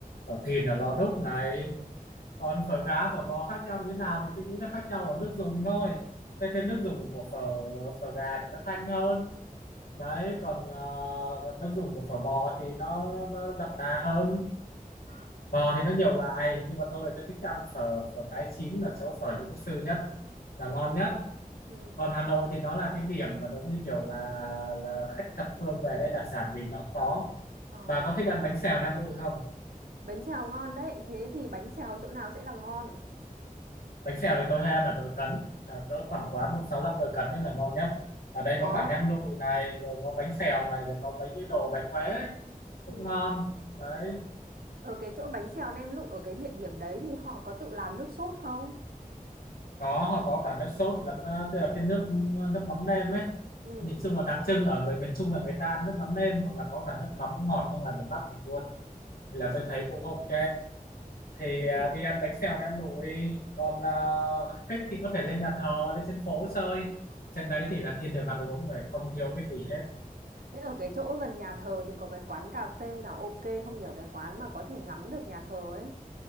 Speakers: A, on the left; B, on the right.
A: phở thìn ở Lò Đúc này còn phở gá phở bò khác nhau như thế nào thì tôi nghĩ nó khác nhau ở nước dùng thôi cái thêm nước dùng của phở phở gà thì nó thanh hơn đấy còn à, còn nước dùng của phở bò thì nó nó đậm đà hơn bò thì nó nhiều loại nhưng mà tôi tôi thích ăn phở phở cái chín ở chỗ phở Lý Quốc Sư nhất là ngon
B: Ừ.
A: nhất
B: Ừ.
A: còn Hà Nội thì nó là cái điểm mà giống như kiểu là là khách thập phương về đây đặc sản gì nó cũng có
B: Ờ.
A: bà có thích ăn bánh xèo Nam Định không
B: Bánh xèo ngon đấy. Thế thì bánh xèo chỗ nào sẽ là ngon?
A: bánh xèo thì tôi hay ăn ở Đội Cấn à, cỡ khoảng quán 165 Đội Cấn nên là ngon nhất ở đây
B: Ồ,
A: có cả nem lụi này rồi có bánh xèo này rồi có mấy cái đồ bánh Huế ấy, cũng
B: Ừ.
A: ngon đấy
B: ở cái chỗ bánh xèo nem lụi ở cái địa điểm đấy thì họ có tự làm nước sốt không?
A: có họ có cả nước sốt lẫn à, tức là cái nước nước mắm nêm ấy
B: Ừ,
A: nhìn chung là đặc trưng ở người miền Trung là người ta ăn nước mắm nêm hoặc là có cả nước mắm ngọt nhưng mà miền Bắc mình luôn thì là tôi thấy cũng ok thì
B: ừ,
A: à, đi ăn bánh xèo nem lụi còn à, thích thì có thể lên nhà thờ lên trên phố chơi trên đấy thì là thiên đường ăn uống rồi không thiếu cái gì
B: ừ.
A: hết
B: Thế ở cái chỗ gần nhà thờ thì có cái quán cà phê nào ok không nhờ cái quán mà có thể ngắm được nhà thờ ấy.